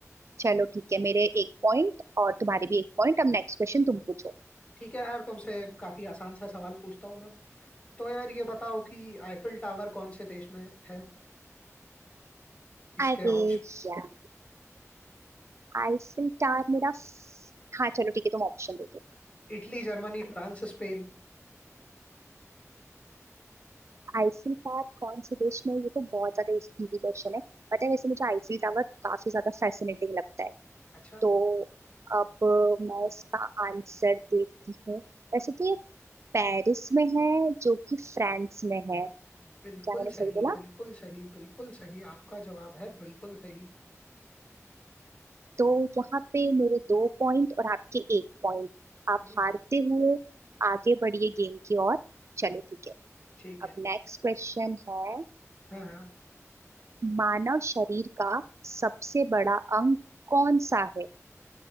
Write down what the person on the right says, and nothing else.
चलो ठीक है मेरे एक पॉइंट और तुम्हारे भी एक पॉइंट अब नेक्स्ट क्वेश्चन तुम पूछो
अरे
यार आईफिल टावर मेरा फ- हाँ चलो ठीक है तुम ऑप्शन दे दो
आईसीयू का कौन से देश में ये तो बहुत ज्यादा इजी क्वेश्चन है पता है वैसे मुझे आईसीयू टावर काफी ज्यादा फैसिनेटिंग लगता है
तो अब मैं इसका आंसर देती हूँ वैसे तो ये पेरिस में है जो कि फ्रांस में है
क्या मैंने
सही बोला
तो यहाँ पे मेरे दो पॉइंट और आपके एक पॉइंट आप
हारते
हुए आगे बढ़िए गेम की ओर चलो ठीक है
अब
नेक्स्ट क्वेश्चन है
मानव शरीर का सबसे बड़ा अंग कौन सा है